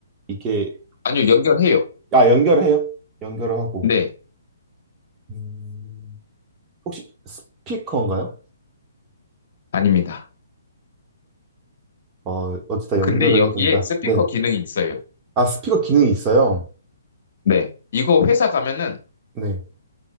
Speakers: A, on the right; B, on the left.
A: 이게,
B: 아니요, 연결해요.
A: 아, 연결을 해요? 연결을 하고.
B: 네,
A: 음, 혹시 스피커인가요?
B: 아닙니다.
A: 어, 어디다 연결을
B: 근데 여기에
A: 해야 된다.
B: 스피커
A: 네.
B: 기능이 있어요.
A: 아, 스피커 기능이 있어요?
B: 네. 이거 회사 가면은
A: 네.